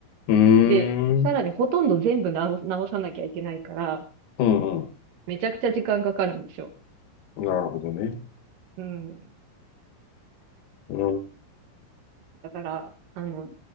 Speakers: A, on the left; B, on the right.
A: うー
B: で、さらにほとんど全部直、
A: ん、
B: 直さなきゃいけないから、
A: うん、うん
B: めちゃくちゃ時間かかるんですよ。
A: なるほどね。
B: うん。
A: うん、
B: だから、あの、